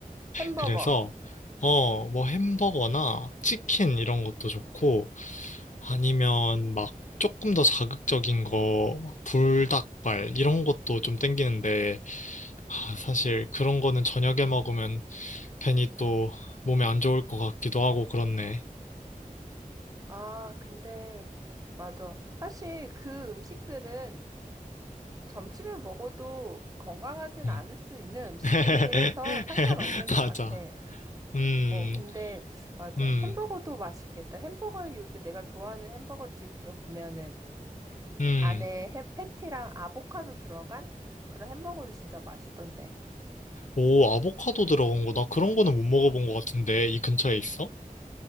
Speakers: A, on the right; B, on the left.
A: 햄버거.
B: 그래서, 어, 뭐 햄버거나 치킨 이런 것도 좋고 아니면 막 조금 더 자극적인 거, 막 불닭발 이런 것도 좀 땡기는데 아, 사실 그런 거는 저녁에 먹으면 괜히 또 몸에 안 좋을 것 같기도 하고 그렇네.
A: 아, 근데 맞아. 사실 그 음식들은 점심에 먹어도 건강하진
B: 음.
A: 않을 수 있는 음식들이긴
B: <laughs>
A: 해서 상관없는 것
B: 맞아.
A: 같아.
B: 음,
A: 어, 근데, 맞아.
B: 음,
A: 햄버거도 맛있겠다. 햄버거에 요새 내가 좋아하는 햄버거집 보면은
B: 음.
A: 안에 햄, 패티랑 아보카도 들어간 그런 햄버거도 진짜 맛있던데.
B: 오, 아보카도 들어간 거. 나 그런 거는 못 먹어본 것 같은데. 이 근처에 있어?